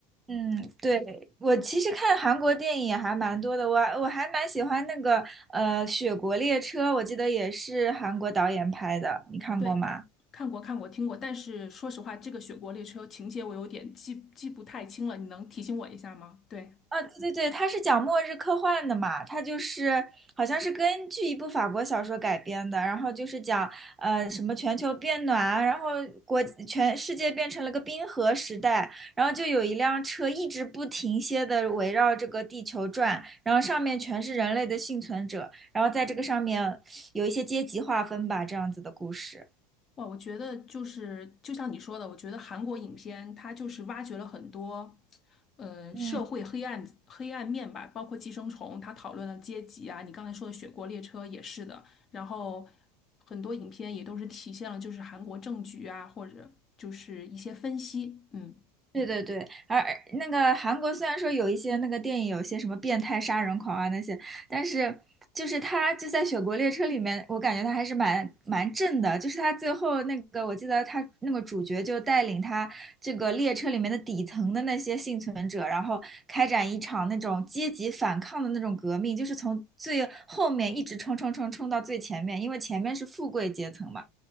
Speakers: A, on the right (about 20°); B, on the left (about 35°).
A: 嗯，对，我其实看韩国电影也还蛮多的，我我还蛮喜欢那个呃《雪国列车》，我记得也是韩国导演拍的，你看过吗？
B: 对，看过看过听过，但是说实话，这个《雪国列车》情节我有点记记不太清了，你能提醒我一下吗？对。
A: 啊，对对对，它是讲末日科幻的嘛，它就是好像是根据一部法国小说改编的，然后就是讲呃什么全球变暖啊，然后国全世界变成了个冰河时代，然后就有一辆车一直不停歇的围绕这个地球转，然后上面全是人类的幸存者，然后在这个上面有一些阶级划分吧，这样子的故事。
B: 哇，我觉得就是就像你说的，我觉得韩国影片它就是挖掘了很多，呃，
A: 嗯，
B: 社会黑暗黑暗面吧，包括《寄生虫》，它讨论了阶级啊，你刚才说的《雪国列车》也是的，然后很多影片也都是体现了就是韩国政局啊，或者就是一些分析，嗯，
A: 对对对，而而那个韩国虽然说有一些那个电影，有些什么变态杀人狂啊那些，但是就是他就在《雪国列车》里面，我感觉他还是蛮蛮正的。就是他最后那个，我记得他那个主角就带领他这个列车里面的底层的那些幸存者，然后开展一场那种阶级反抗的那种革命，就是从最后面一直冲冲冲冲到最前面，因为前面是富贵阶层嘛，